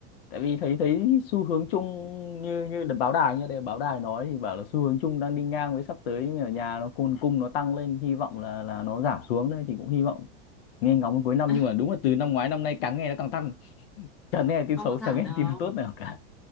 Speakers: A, on the left; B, in the centre.
A: tại vì thấy thấy xu hướng chung như như đ- báo đài như đây báo đài nói thì bảo là xu hướng chung đang đi ngang với sắp tới nhưng mà nhà nó cung cung nó tăng lên hy vọng là là nó giảm xuống đây thì cũng hy vọng nghe ngóng cuối năm
B: <laughs>
A: nhưng mà đúng là từ năm ngoái năm nay càng nghe nó càng tăng chẳng nghe tin
B: không
A: xấu
B: có giảm
A: chẳng nghe
B: đâu
A: tin nào tốt nào cả